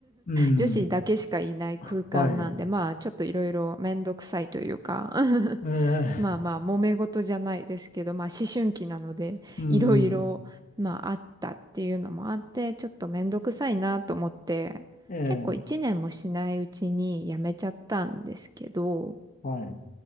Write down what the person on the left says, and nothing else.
うん
あはい、
ええ
うん、
ええ
はい。